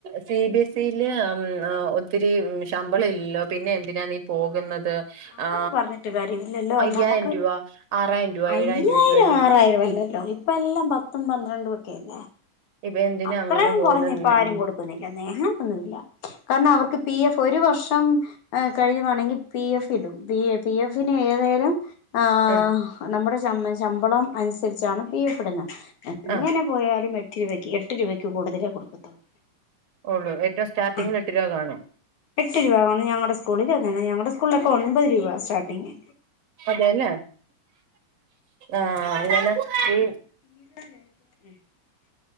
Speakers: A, on the right; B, on the left.
A: സി ബി എസ് ഈല് അം അ ഒത്തിരി ശമ്പളം ഇല്ലല്ലോ പിന്നെ എന്തിനാ നീ പോകുന്നത്
B: അങ്ങനെ
A: ആ
B: പറഞ്ഞിട്ട് കാര്യമില്ലല്ലോ
A: അയ്യായിരം
B: നമ്മക്ക്
A: രൂപ ആറായിരം രൂപ
B: അയ്യായിരം
A: ഏഴായിരം രൂപയ്ക്ക് വേണ്ടി
B: ആറായിരോ അല്ലല്ലോ ഇപ്പ് ഇപ്പ എല്ലാം പത്തും പന്ത്രണ്ടും ഒക്കെയല്ലേ
A: ഇപ്പ എന്തിനാ
B: അത്രയും
A: അങ്ങനെ പോകുന്ന
B: കൊറഞ്ഞ് ഇപ്പ ആരും കൊടുക്കുന്നില്ല <unintelligible> ഇല്ല കാരണം അവർക്ക് പി എഫ് ഒരു വർഷം ഏഹ് കഴിയുവാണെങ്കി പി എഫ് ഇടും പി എഫിന് ഏതേലും ആഹ്
A: ആ
B: ആഹ് നമ്മടെ ശം ശമ്പളം അനുസരിച്ചാണ് വി എഫ് ഇടുന്നെ എങ്ങനെ
A: ആ
B: പോയാലും എട്ടിരൂപയ്ക്ക് എ എട്ട് രൂപയ്ക്ക് കൂടുതലേ കൊടുക്കത്തുള്ളൂ
A: ഒള്ളൂ ഏറ്റവും സ്റ്റാർട്ടിങ്ങിൽ
B: ആഹ്
A: എട്ട് രൂപ കാണും
B: എട്ട് രൂപ കാ ഞങ്ങടെ സ്കൂളിലു അങ്ങനാ ഞങ്ങടെ സ്കൂളിലൊക്കെ ഒപത് രൂപാ സ്റ്റാർട്ടിങ്ങ്
A: അതെല്ലേ ആഹ് അങ്ങനെ ഈ
B: ഉം